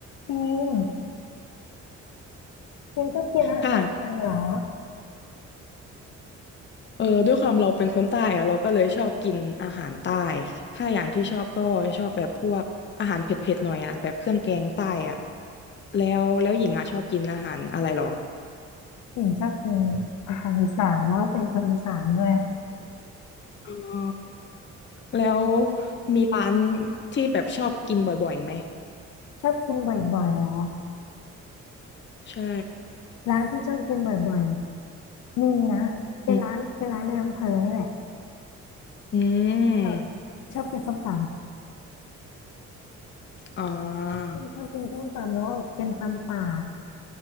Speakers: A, on the left (about 75°); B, on the left (about 40°).
A: พิมพ์พิมพ์ชอบกินอาหารยังเหรอ
B: ค่ะเออด้วยความเราเป็นคนใต้อะเราก็เลยชอบกินอาหารใต้ถ้าอย่างที่ชอบก็ชอบแบบพวกอาหารเผ็ดๆหน่อยอะแบบเครื่องแกงใต้อะแล้วแล้วหญิงอะชอบกินอาหารอะไรหรอ
A: พิมพ์ชอบกินอาหารอีสานแล้วเป็นคนอีสานด้วย
B: อ๋อแล้วมีร้านที่แบบชอบกินบ่อยๆไหม
A: ชอบกินบ่อยๆเหรอ
B: ใช่
A: ร้านที่ชอบกินบ่อยๆมีนะเป็นร้านเป็นร้านในอำเภอนี่แหละ
B: อืมอืม
A: แบบชอบกินส้มตำ
B: อ่า
A: พิมพ์ชอบกินส้มตำแล้วเป็นตำป่า